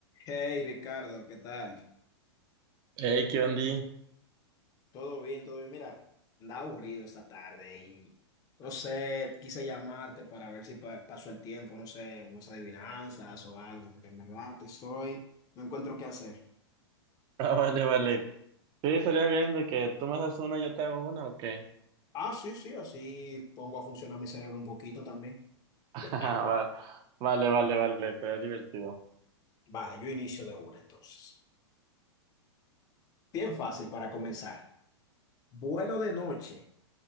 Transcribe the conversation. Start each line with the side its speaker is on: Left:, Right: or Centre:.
Left: Hey Ricardo, ¿qué tal?
Right: Hey, ¿qué onda? <laughs>
Left: ¿Todo bien? ¿Todo bien? Mira, andaba aburrido esta tarde y no sé, quise llamarte para ver si pa- pasó el tiempo, no sé, unas adivinanzas o algo, porque en verdad estoy, no encuentro qué hacer.
Right: Ah, vale, vale. Sí, estaría bien de que tú me haces una y yo te hago una, ¿o qué?
Left: Ah, sí, sí, así pongo a funcionar mi cerebro un poquito también.
Right: <laughs>
Left: <laughs>
Right: Ah, Va- Vale, vale, vale, estaría divertido.
Left: Vale, yo inicio de una entonces. Bien fácil para comenzar. Vuelo de noche,